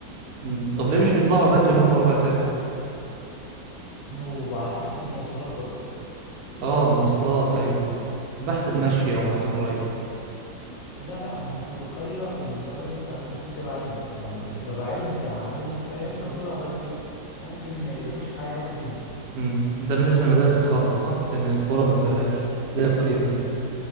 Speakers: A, on the right; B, on the left.
A: مم.
B: فده
A: طب ليه
B: ممكن
A: مش بيطلعوا
B: يهيئني
A: بدري هم ربع ساعة
B: ما هو على حسب المواصلات برضه
A: اه مواصلات ايوه ايوه انا بحسب مشي او مكان قريب
B: لا لا هم بيبقوا قرية والمدرسة بتاعتهم بتبقى بعيدة فبيبقى بعيد عليهم فاهم لو طلعوا بدري ممكن ما يلاقوش حاجة يروح بيها
A: امم ده بالنسبة للمدارس الخاصة صح لان القرى ما فيهاش زي قريتنا كده